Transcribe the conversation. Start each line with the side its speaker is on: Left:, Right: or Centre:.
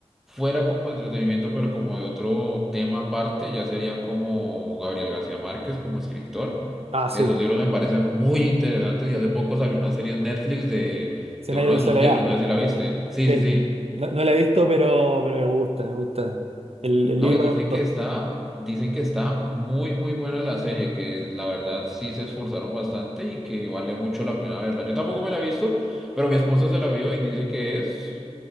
Centre: fuera como de entretenimiento, pero como de otro tema aparte, ya sería como Gabriel García Márquez como escritor,
Right: Ah, sí,
Centre: que sus libros me parecen muy interesantes y hace poco salió una serie en Netflix de,
Right: Cien
Centre: de uno
Right: años de
Centre: de
Right: soledad.
Centre: sus libros, no sé si la viste. Sí,
Right: Sí.
Centre: sí, sí.
Right: No, no la he visto, pero, pero me gusta, me gusta. El, el
Centre: No,
Right: libro
Centre: y dicen
Right: me gustó,
Centre: que está, dicen que está muy, muy buena la serie, que la verdad sí se esforzaron bastante y que vale mucho la pena verla. Yo tampoco me la he visto, pero mi esposa se la vio y dice que es